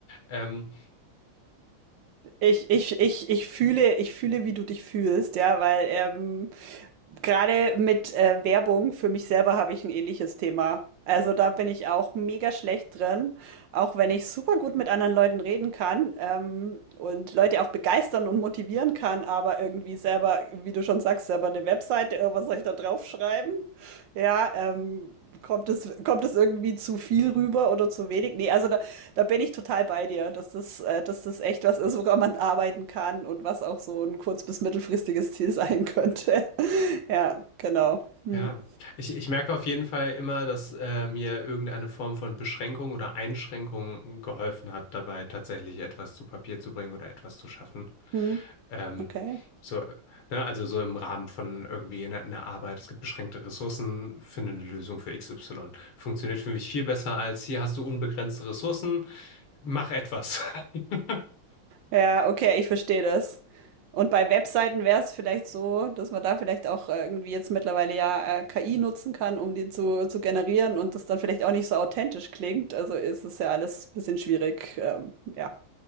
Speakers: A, on the left; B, on the right.
A: Ähm,
B: Ich ich ich ich fühle ich fühle, wie du dich fühlst, ja, weil, ähm Gerade mit äh, Werbung, für mich selber habe ich ein ähnliches Thema. Also da bin ich auch mega schlecht drin, auch wenn ich super gut mit anderen Leuten reden kann ähm, und Leute auch begeistern und motivieren kann, aber irgendwie selber, wie du schon sagst, selber eine Webseite, äh, was soll ich da draufschreiben? Ja, ähm, kommt es, kommt es irgendwie zu viel rüber oder zu wenig? Nee, also da, da bin ich total bei dir, dass das, äh, dass das echt was ist, woran man arbeiten kann und was auch so ein kurz- bis mittelfristiges Ziel <laughs> sein könnte. Ja, genau. Hm,
A: ja, ich, ich merke auf jeden Fall immer, dass äh, mir irgendeine Form von Beschränkung oder Einschränkung geholfen hat, dabei tatsächlich etwas zu Papier zu bringen oder etwas zu schaffen.
B: hm,
A: Ähm,
B: okay.
A: so, ne, also so im Rahmen von irgendwie einer einer Arbeit, es gibt beschränkte Ressourcen, finde eine Lösung für XY. Funktioniert für mich viel besser als hier hast du unbegrenzte Ressourcen, mach etwas. <laughs>
B: Ja, okay, ich verstehe das. Und bei Webseiten wäre es vielleicht so, dass man da vielleicht auch äh, irgendwie jetzt mittlerweile ja äh, KI nutzen kann, um die zu, zu generieren und das dann vielleicht auch nicht so authentisch klingt. Also ist es ja alles ein bisschen schwierig. Ähm, ja,